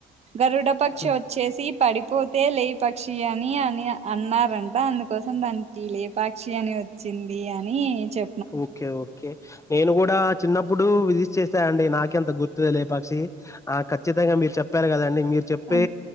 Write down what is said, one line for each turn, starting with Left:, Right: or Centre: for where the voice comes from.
Right: గరుడ పక్షి
Left: హ్మ్
Right: వచ్చేసి పడిపోతే లే పక్షి అని అని అన్నారంట అందుకో సం దానికి లేపాక్షి అని వచ్చింది అని చెప్
Left: ఓకే ఓకే నేను కూడా చిన్నప్పుడు విజి చేస్తా అండి నాకెంత గుర్తుద లే పక్షి ఆ ఖచ్చితంగా మీరు చెప్పారు కదండి మీరు చెప్పే
Right: ఆ ఆ